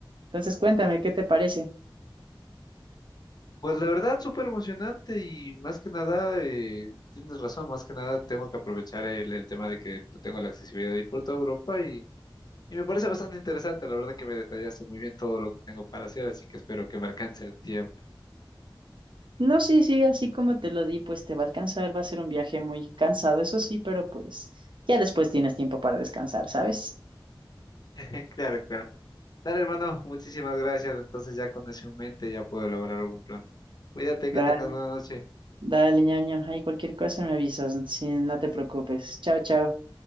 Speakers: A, on the right; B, on the left.
A: Entonces, cuéntame, ¿qué te parece?
B: Pues la verdad, súper emocionante y más que nada, eh, tienes razón, más que nada tengo que aprovechar el, el tema de que pues, tengo la accesibilidad de ir por toda Europa y, y me parece bastante interesante, la verdad que me detallaste muy bien todo lo que tengo para hacer, así que espero que me alcance el tiempo.
A: No, sí, sí, así como te lo di, pues te va a alcanzar, va a ser un viaje muy cansado, eso sí, pero pues ya después tienes tiempo para descansar, ¿sabes?
B: <laughs> Claro, claro. Dale, hermano, muchísimas gracias. Entonces ya con eso en mente ya puedo elaborar algún plan. Cuídate,
A: La,
B: que tengas buena noche.
A: Dale, ñaño, hay cualquier cosa me avisas, si no te preocupes. Chao, chao.